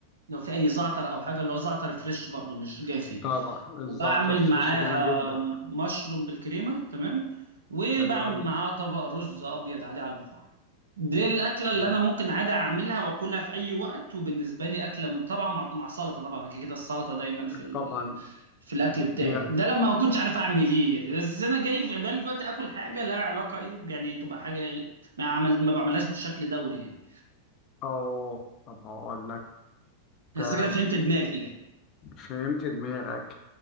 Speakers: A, on the right; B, on the left.
A: لو في اي زعتر او حاجه اللي هو زعتر فريش برضو مش جاف يعني
B: طبعا الزعتر
A: وبعمل
B: الشريش
A: معاها
B: جميل جدا
A: مشروم بالكريمه تمام وبعمل
B: حلو قوي
A: معاها طبق رز ابيض عادي على البخار دي الاكله اللي
B: جا-
A: انا ممكن عادي اعملها واكلها في اي وقت وبالنسبه لي اكله مت- طبعا مع مع سلطه طبعا أنا كده كده السلطه دايما في ال...
B: طبعا
A: في الاكل
B: دي
A: بتاعي ده لما ما كنتش عارف اعمل ايه يعني بس انا جاي في بالي دلوقتي اكل حاجه لها علاقه ايه يعني تبقى حاجه إيه، ما عمل ما بعملهاش بشكل دوري يعني
B: اه طب هقول لك
A: بس
B: تمام.
A: كده فهمت دماغي يعني
B: فهمت دماغك